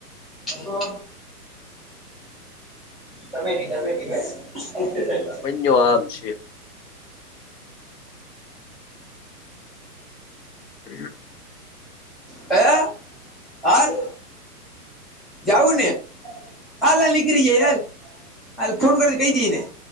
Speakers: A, in the centre; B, on the left (about 85°).
A: તો તબેટી તબેટી <unintelligible>
B: જો આમ છે. <inaudible>
A: એ હાલ જઉું ને હાલ આ નીકળી જાઈ હાલ હાલે ફોન કર કઈ દઈ ને